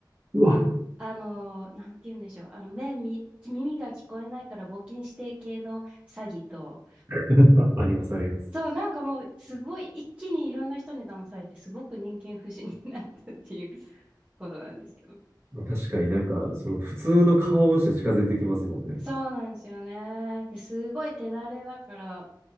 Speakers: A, on the right (about 35°); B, on the right (about 15°).
A: うわ、
B: あの、なんて言うんでしょう、あの、目、み、耳が聞こえないから募金指定系の詐欺と、
A: <laughs> あ、ありますあります。
B: そう、なんかもう、すごい一気にいろんな人に騙されて、すごく人間不信になったっていうことなんですけど。
A: まあ、確かになんか、その普通の顔をして近づいてきますもんね。
B: そうなんですよね。ですごい手だれだから、